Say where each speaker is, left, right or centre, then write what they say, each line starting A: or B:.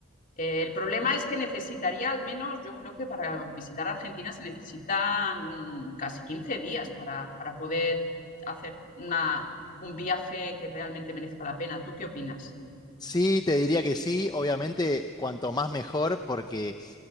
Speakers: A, on the left; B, on the left.
A: Eh, el problema es que necesitaría al menos, yo creo que para visitar Argentina se necesitan casi 15 días para, para poder hacer una, un viaje que realmente merezca la pena. ¿Tú qué opinas?
B: Sí, te diría que sí. Obviamente, cuanto más mejor, porque